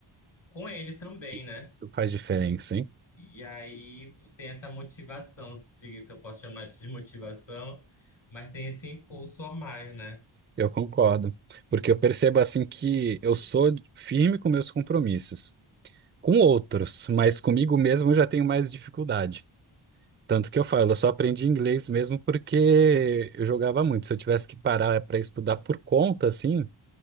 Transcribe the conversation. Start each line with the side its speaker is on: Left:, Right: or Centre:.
Left: com ele também,
Right: isso
Left: né?
Right: faz diferença, hein?
Left: E aí tem essa motivação, se se eu posso chamar isso de motivação, mas tem esse impulso a mais, né?
Right: Eu concordo. Porque eu percebo assim que eu sou firme com meus compromissos. Com outros, mas comigo mesmo eu já tenho mais dificuldade. Tanto que eu falo, eu só aprendi inglês mesmo porque eu jogava muito. Se eu tivesse que parar para estudar por conta, assim,